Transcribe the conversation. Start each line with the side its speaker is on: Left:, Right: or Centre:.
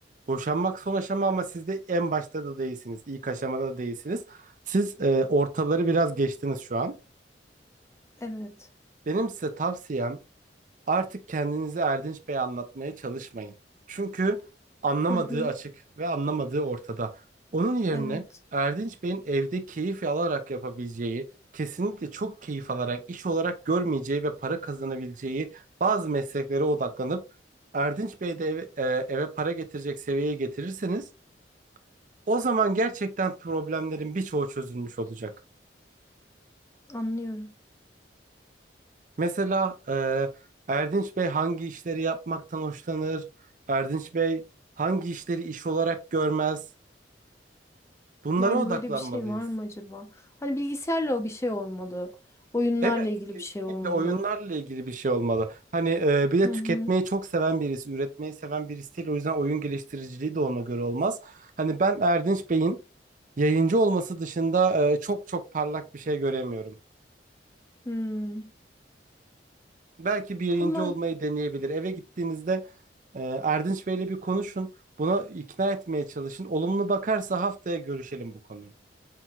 Right: Boşanmak son aşama ama siz de en başta da değilsiniz. İlk aşamada da değilsiniz. Siz e, ortaları biraz geçtiniz şu an.
Left: Evet.
Right: Benim size tavsiyem Artık kendinizi Erdinç Bey'e anlatmaya çalışmayın. Çünkü anlamadığı
Left: Hı hı.
Right: açık ve anlamadığı ortada. Onun yerine
Left: Evet.
Right: Erdinç Bey'in evde keyif alarak yapabileceği, kesinlikle çok keyif alarak, iş olarak görmeyeceği ve para kazanabileceği bazı mesleklere odaklanıp Erdinç Bey de eve, e, eve para getirecek seviyeye getirirseniz o zaman gerçekten problemlerin birçoğu çözülmüş olacak.
Left: Anlıyorum.
Right: Mesela e, Erdinç Bey hangi işleri yapmaktan hoşlanır? Erdinç Bey hangi işleri iş olarak görmez? Bunlara
Left: Yani
Right: odaklanmalıyız.
Left: böyle bir şey var mı acaba? Hani bilgisayarla o bir şey olmalı. Oyunlarla
Right: Evet,
Left: ilgili
Right: kesinlikle
Left: bir şey olmalı.
Right: oyunlarla ilgili bir şey olmalı. Hani e, bir de
Left: Hı hı.
Right: tüketmeyi çok seven birisi, üretmeyi seven birisi değil. O yüzden oyun geliştiriciliği de ona göre olmaz. Hani ben Erdinç Bey'in yayıncı olması dışında e, çok çok parlak bir şey göremiyorum.
Left: Hmm.
Right: Belki bir yayıncı
Left: Tamam.
Right: olmayı deneyebilir. Eve gittiğinizde e, Erdinç Bey'le bir konuşun. Buna ikna etmeye çalışın. Olumlu bakarsa haftaya görüşelim bu konuyu.